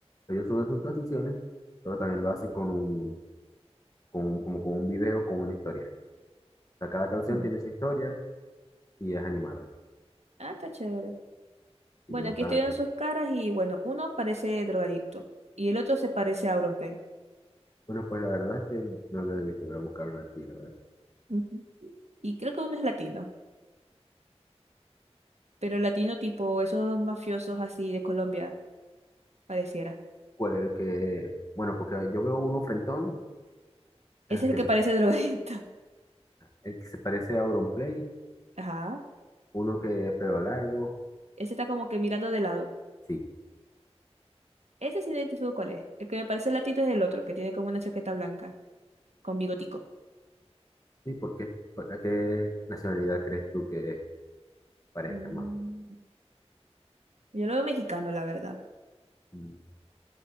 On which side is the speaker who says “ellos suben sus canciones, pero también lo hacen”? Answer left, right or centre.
Left